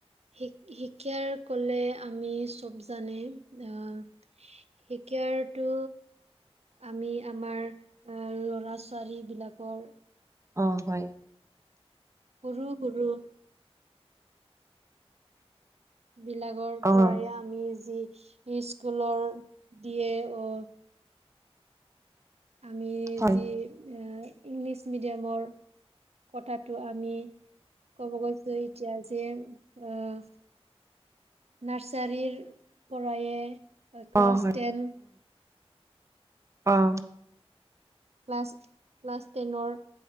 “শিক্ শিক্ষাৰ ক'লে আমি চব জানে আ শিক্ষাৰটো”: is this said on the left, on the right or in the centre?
Right